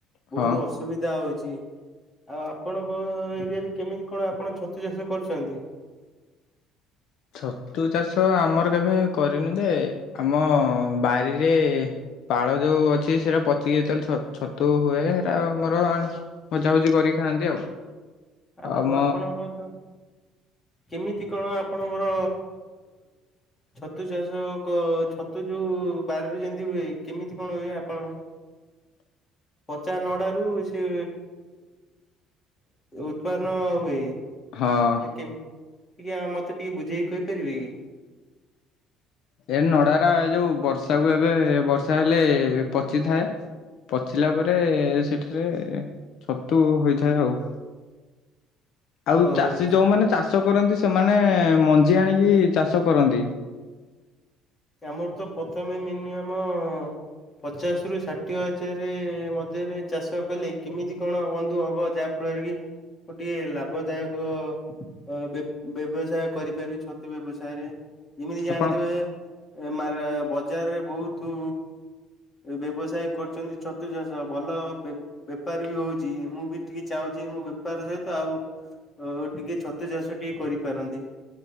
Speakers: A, on the left; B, on the left.
A: ବହୁତ
B: ହଁ।
A: ଅସ ସୁବିଧା ହଉଛି। ଆଉ ଆପଣଙ୍କ ଏରିଆରେ କେମିତି କଣ ଆପଣ ଛତୁ ଚାଷ କରୁଛନ୍ତି?
B: ଛତୁ ଚାଷ ଆମର କେବେ କରିନୁ ଯେ ଆମ ବାରିରେ ପାଳ ଯୋଉ ଅଛି ସେଟା ପଚିକି ଯେତେବେଳେ ଛ ଛତୁ ହୁଏ ସେଇଟା ଆମର ଆଣ ଭଜାଭୁଜି କରିକି ଖାଆନ୍ତି ଆଉ।
A: ଆଉ
B: ଆମ
A: ଆପଣଙ୍କର ତ କେମିତି କଣ ଆପଣଙ୍କର ଛତୁ ଚାଷ କ ଛତୁ ଯୋଉ ବାରିରୁ ଯେମିତି ହୁଏ କେମିତି କଣ ହୁଏ ଆପଣଙ୍କ?
B: <inaudible>
A: ପଚା ନଡ଼ାରୁ ସେ ଉତ୍ପାନ ହୁଏଇ।
B: ହଁ।
A: କେମତି କା ମତେ ଟିକେ ବୁଝେଇକି କହିପାରିବେ କି?
B: ଏ ନଡ଼ା ରା ଏ ଯୋଉ ବର୍ଷାକୁ ଏବେ ବର୍ଷା ହେଲେ ପଚିଥାଏ। ପଚିଲା ପରେ ସେଠାରେ ଛତୁ ହୋଇଥାଏ ଆଉ। ଆଉ
A: ଅ
B: ଚାଷୀ ଯୋଉମାନେ ଚାଷ କରନ୍ତି ସେମାନେ ମଞ୍ଜି ଆଣିକି ଚାଷ କରନ୍ତି।
A: ଆମର ତ ପ୍ରଥମେ ମିନିଅମ ପଚାଶରୁ ଷାଠିଏ ହଜାର ମଧ୍ୟରେ ଚାଷ କଲେ କେମିତି କଣ ବନ୍ଧୁ ହବ ଯାହା ଫଳରେ କି ଗୋଟିଏ ଲାଭଦାୟକ ଅ ବ୍ୟବସାୟ କରିପାରିବି ଛତୁ ବ୍ୟବସାୟରେ ଯେମିତି ଜାଣିଥିବେ
B: ଆପଣ
A: ଏ ମା ରା ବଜାରରେ ବହୁତୁ ଏ ବ୍ୟବସାୟ କରୁଛନ୍ତି ଛତୁ ଚାଷ ଭଲ ବେ ବେପାର ବି ହଉଛି ମୁଁ ବି ଟିକେ ଚାହୁଁଛି ମୁଁ ବେପାର ସହିତ ଆଉ ଓ ଟିକେ ଛତୁ ଚାଷ ଟିକେ କରିପାରନ୍ତି।